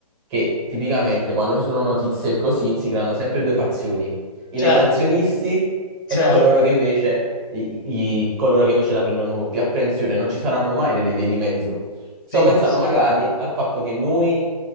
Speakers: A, on the right; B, on the left.
A: che tipicamente quando ci sono notizie così si creano sempre due fazioni i negazionisti
B: Certo, certo.
A: e coloro che invece, i- i- coloro che invece la prendono con più apprensione. Non ci saranno mai delle vie di mezzo. Stavo
B: Sì,
A: pensando
B: sì,
A: magari al fatto che noi,